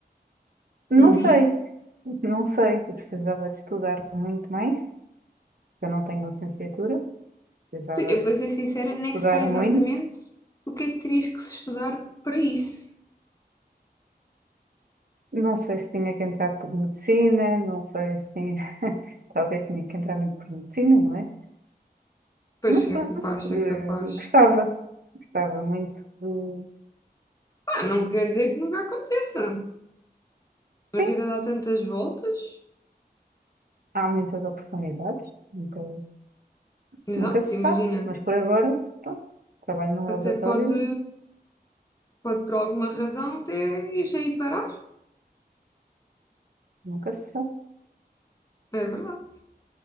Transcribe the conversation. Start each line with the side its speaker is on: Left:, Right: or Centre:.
Right: Não
Left: um dia?
Right: sei, não sei, eu precisava de estudar muito mais, eu não tenho licenciatura, precisava
Left: Eu,
Right: de
Left: para ser sincera, nem
Right: estudar
Left: sei exatamente
Right: muito.
Left: o que é que terias que se estudar para isso.
Right: Não sei se tinha que entrar por medicina, não sei se tinha, <laughs> talvez tinha que entrar muito por medicina, não é?
Left: Pois
Right: Mas
Left: é
Right: pronto,
Left: capaz, é
Right: eh,
Left: capaz.
Right: gostava, gostava muito de.
Left: Ah, não quer dizer que nunca aconteça. A
Right: Sim,
Left: vida dá tantas voltas.
Right: há muitas oportunidades, nunca,
Left: Exato,
Right: nunca se
Left: imagina.
Right: sabe, mas por agora, pronto, trabalho num laboratório,
Left: Até pode, pode por alguma razão até ir aí parar.
Right: nunca se sabe.
Left: É verdade.